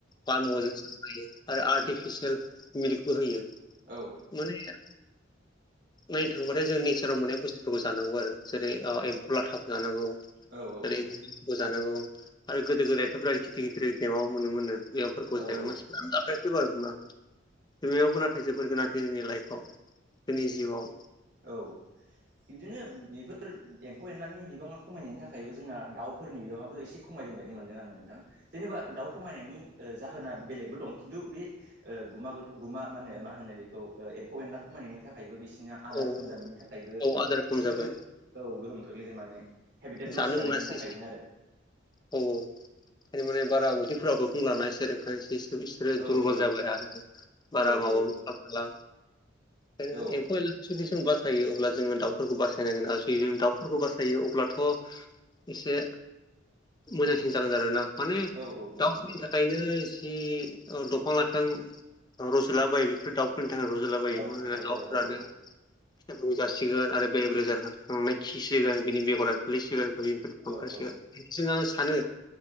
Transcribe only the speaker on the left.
पामल हायो आरो आर्टिफिसियेल मिल्कबो होयो
मोनैया नायनो थांबाथाय जों नेचाराव मोननाय बुस्थुफोरखौ जानांगौ आरो जेरै एम्फौ लाथा जानांगौ
एरै बोजानांगौ आरो गोदो गोदायफोर गिदिर गिदिर बेमकआव मोनोमोन नो <unintelligible>
एबार गोमाखै बिमायावबो नाथाय जोबोर गोनांथि जोंनि लाइफआव जोंनि जिउआव
औ
औ आदार खम
जाबाय
जानो
मोनासै
औ औ माने बारा उदैफोराबो सुफुं लानाय <unintelligible> बिसोरो
दुरबल
जाबाय आरो बारा
माबाो खालामला ओ
एम्फौ <unintelligible> जों बासायो अब्ला जोङो दाउफोरखौ बासायनांगोन आरो जु जों दाउफोरखौ बासायो अब्ला थ' एसे मोजांसिन जागोन आरोना माने
दाउफोरनि
थाखायनो
जि दंफां लाइफां रज'ला बायो बेफोर दाउ फोरनि थाखाय रंजालाबायो
मानोना
दाउफ्रानो
जासिगोन आरो बे बेल जार थांनानै खिसिगोन बिनि बेगरा गोग्लैसिगोन निफ्राय
ओंखारसो
बेजों आं सानो